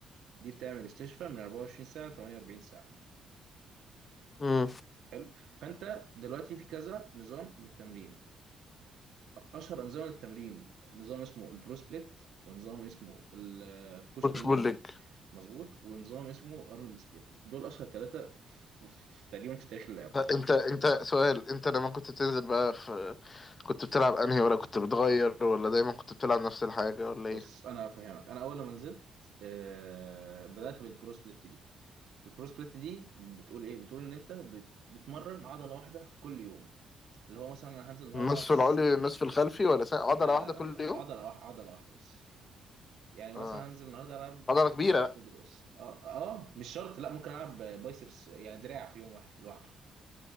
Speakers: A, on the right (about 75°); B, on the left (about 35°).
A: دي بتعمل استشفاء من 24 ساعة ل 48 ساعة
B: امم
A: حلو فأنت دلوقتي في كذا نظام للتمرين اشهر انظمه للتمرين نظام اسمه البرو سبليت ونظام اسمه البوش
B: بوش
A: بول
B: بول ليج
A: مظبوط ونظام اسمه ارنولد سبليت دول اشهر ثلاثه في في- تقريبا في تاريخ اللعبه
B: انت انت سؤال انت لما كنت بتنزل بقى في كنت بتلعب انهي ولا كنت بتغير ولا دايما كنت بتلعب نفس الحاجة ولا
A: بص
B: ايه
A: انا هفهمك انا اول ما نزلت آه بدات بالبرو سبليت دي البرو سبليت دي بتقول ايه بتقول ان انت بت بتمرن عضله واحده في كل يوم اللي هو مثلا انا هنزل النهارده
B: النصف
A: العب صدر
B: العلوي والنصف
A: بس
B: الخلفي ولا سنة عضلة
A: لا
B: واحدة
A: لا لا,
B: كل
A: لا.
B: يوم
A: عضله واحده عضله واحده بس يعني مثلا
B: اه
A: هنزل النهارده العب
B: عضلة كبيرة
A: صدر بس اه اه مش شرط لا ممكن العب بايسبس يعني دراع في يوم واحد لوحده